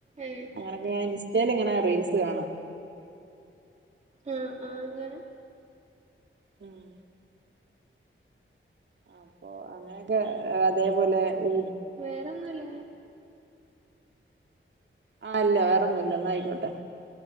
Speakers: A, on the right; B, on the right.
A: ഏഹ്
B: അങ്ങനൊക്കെ ഇൻസ്റ്റയില് ഇങ്ങനെ റീൽസ് കാണാം.
A: ആ ആ അങ്ങനെ
B: ഉമ് അഹ് പ്പൊ അങ്ങനെയൊക്കെ അതേപോലെ ഊ
A: വേറൊന്നുല്ലലോ?
B: ആഹ് ല്ല വേറൊന്നും ഇല്ല എന്ന ആയിക്കോട്ടെ.